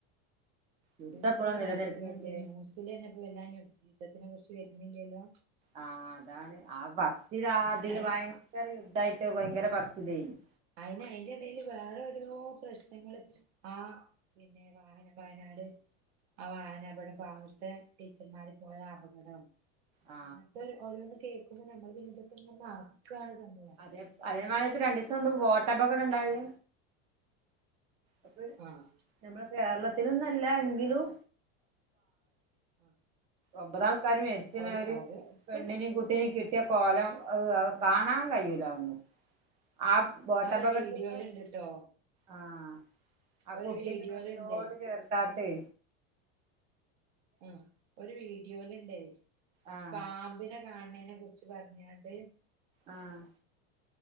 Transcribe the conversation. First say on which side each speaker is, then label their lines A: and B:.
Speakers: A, on the right; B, on the right.
A: യുദ്ധം
B: യുദ്ധവടെ
A: ഇപ്പളും നിലനിൽക്ക്ണ്ട്
B: നടക്കുന്നുണ്ട് ന്യൂസിലെന്നെ ഇപ്പൊ വല്ലാന്നും യുദ്ധത്തിനെ കുറിച്ച് വരുന്നില്ലല്ലോ
A: ആഹ് അതാണ് ആഹ് ഫസ്റ്റില് ആതില്
B: അയിന്
A: ഭയങ്കര യുദ്ധായിട്ട് ഭയങ്കര പറച്ചിലായിരുന്നു
B: അയ്ന് അയ്യ്ൻ്റെടേൽ വേറോരോ പ്രശ്നങ്ങൾ ആഹ് പിന്നെ വാഹന പയനാട് ആ വാഹനപകടം ഈ ഭാഗത്തെ ടീച്ചർമാര് പോയ അപകടം ആണ്
A: ആ
B: അങ്ങന് ത്തെ ഓരോന്ന് കേക്കുമ്പോ നമ്മൾ പിന്നെതെക്കെങ്ങ് മറ്ക്കാണ് സംഭവം
A: അതെ അതേമായ്ക്ക് രണ്ടീസം മുമ്പ് ബോട്ടപകടണ്ടായി അത്
B: ആഹ്
A: നമ്മളെ കേരളത്തിലൊന്നല്ല എങ്കിലും
B: ആഹ്
A: ഒമ്പതാൾക്കാര് മരിച്ച്ണ്
B: ഓര്
A: അയിൽ
B: ഓര് ഇപ്പ
A: പെണ്ണിനേം കുട്ടിനിം കിട്ട്യ കോലം അത് കാണാൻ കഴിയൂല ഒന്നും ആ ബോട്ടപകട്ത്ത്ത്തെ
B: ആ ഒരു വീഡിയോല്ണ്ട്ട്ടോ
A: ആഹ് ആ
B: ഒരു
A: കുട്ടീനെ
B: വീഡിയോല്ണ്ട്
A: നെഞ്ചോട് ചേർത്താട്ടേ
B: ആഹ് ഒരു വീഡിയോല്ണ്ടേ
A: ആഹ്
B: പാമ്പിനെ കാണ് ണേനെ കുറ് ച്ച് പറ്ഞ്ഞാണ്ട്
A: ആഹ്